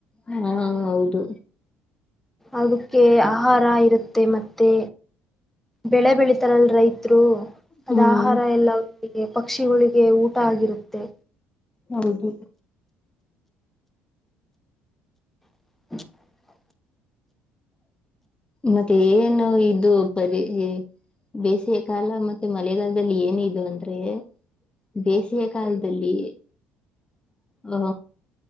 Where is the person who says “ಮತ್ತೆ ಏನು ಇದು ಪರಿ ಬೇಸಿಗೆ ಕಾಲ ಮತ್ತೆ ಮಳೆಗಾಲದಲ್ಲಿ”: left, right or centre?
Left